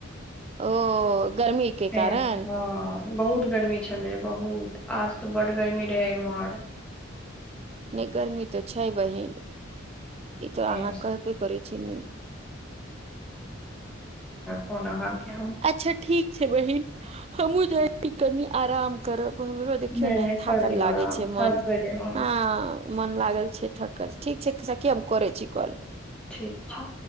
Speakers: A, on the right; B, in the centre.
A: ओ गर्मी के
B: तें
A: कारण
B: से हँ बहुत गर्मी छलै बहुत आज तऽ बड्ड गर्मी रहै एम्हर
A: नहि गर्मी तऽ छै बहिन ई तो
B: तें
A: अहाँ
B: से
A: कहबे करै छी ने
B: फन अहाँके हम
A: अच्छा ठीक छै बहिन हमहुँ जाइ छी कनि आराम करब हमरो देखियौ
B: नहि नहि
A: ने थाकल
B: कर लियौ
A: लागै
B: आराम
A: छै
B: थक
A: मन
B: गेलियै हम
A: आ मन लागल छै थकल ठीक छै सखी हम करै छी कॉल
B: ठीक छै